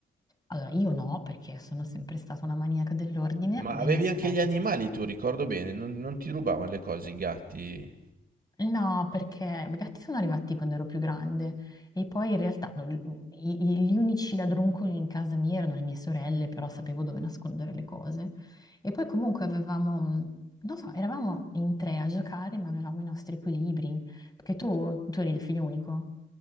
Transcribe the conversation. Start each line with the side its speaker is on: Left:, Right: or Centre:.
Left: Allora, io no, perché sono sempre stata una maniaca dell'ordine
Right: Ma
Left: e
Right: avevi
Left: mie sorelle
Right: anche gli animali
Left: sì.
Right: tu, ricordo bene, non, non ti rubavano le cose i gatti.
Left: No, perché i gatti sono arrivati quando ero più grande e poi in realtà no, l- i- i- gli unici ladruncoli in casa mia erano le mie sorelle, però sapevo dove nascondere le cose. E poi comunque avevamo, mh, non so, eravamo in tre a giocare, ma avevamo i nostri equilibri, perché tu, tu eri il figlio unico.